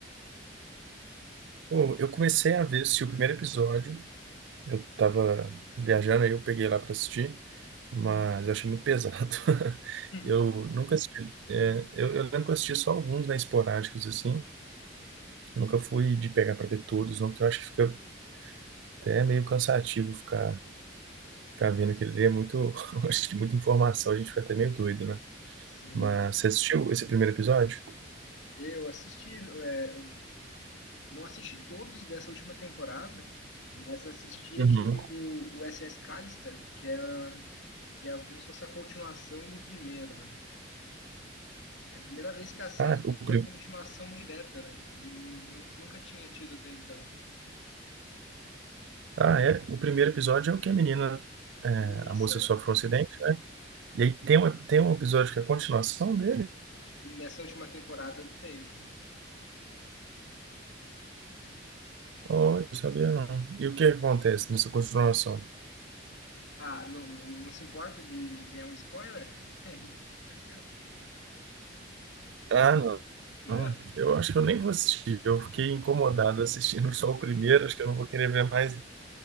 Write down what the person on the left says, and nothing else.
<laughs>
Sim,
eu assisti, eu, é, eu não assisti todos dessa última temporada, mas assisti
aquele do USS Callister, que é, que é como se fosse a continuação do primeiro, né? É a primeira vez que a série
teve
uma
continuação direta, né? Nun- nun- Nunca tinha tido até então.
E
Isso,
é.
E nessa última temporada teve.
Ah, não, não se importa de ganhar um spoiler? <laughs> Tranquilo?
Não.